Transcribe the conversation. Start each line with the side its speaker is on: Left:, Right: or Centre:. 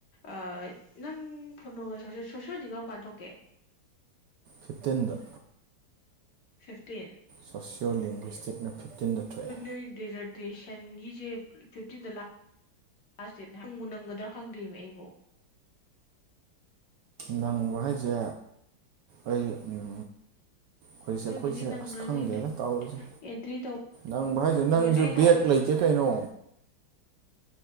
Left: ꯑ ꯅꯪ ꯐꯨꯅꯣꯒ ꯁꯣꯁꯣꯏꯖꯤꯛꯒꯨꯛ ꯀꯔꯥꯝ ꯀꯥꯟ ꯊꯣꯛꯀꯦ
Right: ꯐꯤꯞꯇꯤꯟꯗ
Left: ꯐꯤꯐꯇꯤꯟ
Right: ꯁꯣꯁꯤꯌꯣ ꯂꯤꯡꯒꯋꯤꯁꯇꯤꯛꯅ ꯐꯤꯞꯇꯤꯟꯗ ꯊꯣꯛꯑꯦ
Left: ꯗꯦꯖꯔꯠ ꯇꯦꯁꯟꯒꯤꯁꯦ ꯐꯤꯞꯇꯤꯟꯗ ꯂꯥꯁ ꯂꯥꯁ ꯗꯦꯠ ꯅꯪꯕꯨ ꯅꯪꯒꯗ꯭ꯔꯥ ꯈꯪꯗꯣꯏꯅꯦ ꯑꯩꯕꯣ
Right: ꯅꯪꯕ ꯍꯥꯏꯁꯦ ꯑꯩ ꯎꯝ ꯍꯧꯖꯤꯛꯁꯦ
Left: ꯅꯣꯏꯒꯤꯗꯤ
Right: ꯑꯩꯈꯣꯏꯁꯦ
Left: ꯅꯪꯈ꯭ꯔꯅꯤꯅꯦ
Right: ꯑꯁ ꯈꯪꯗꯦꯗ ꯇꯥꯎꯔꯤꯁꯦ
Left: ꯑꯦꯟꯇ꯭ꯔꯤ ꯇꯧ
Right: ꯅꯪꯕ ꯍꯥꯏꯁꯦ ꯅꯪ
Left: ꯂꯣꯏ ꯑꯩ
Right: ꯕꯦꯠ ꯂꯩꯇꯦ ꯀꯩꯅꯣ